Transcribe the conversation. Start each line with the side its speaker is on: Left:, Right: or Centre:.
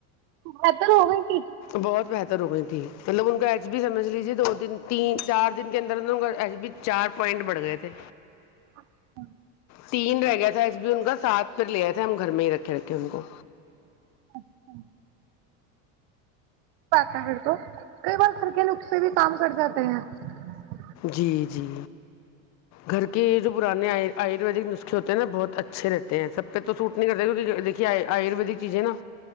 Right: بہتر ہو گئی کہ
Left: بہت بہتر ہو گئی تھیں مطلب ان کا ایچ بی سمجھ لیجیے دو دن تین چار دن کے اندر اندر ان کا ایچ بی چار پوائنٹ بڑھ گئے تھے
Right: <inaudible>
Left: تین رہ گیا تھا ایس بی ان کا سات پھر لے آئے تھے ہم گھر میں ہی رکھے رکھے ان کو
Right: <inaudible> <unintelligible> تو کئی بار گھر کے نک سے بھی کام کٹ جات <inaudible>
Left: جی جی گھر کے جو پرانے آیورویدک نسخے ہوتے ہیں نا بہت اچھے رہتے ہیں سب پہ تو سوٹ نہیں کرتے کیکہ دیکھیے آیورویدک چیزیں نا